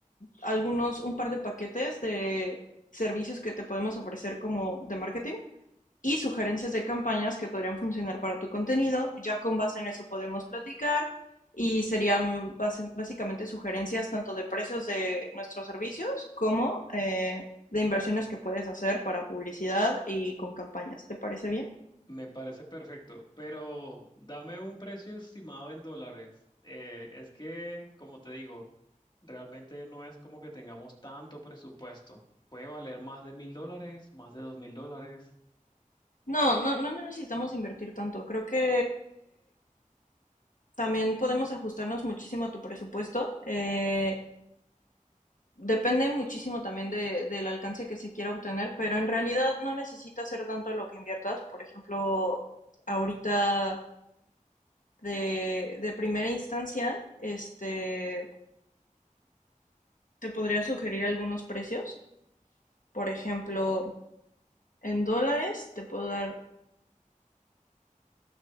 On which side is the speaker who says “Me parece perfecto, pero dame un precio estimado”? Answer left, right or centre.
Left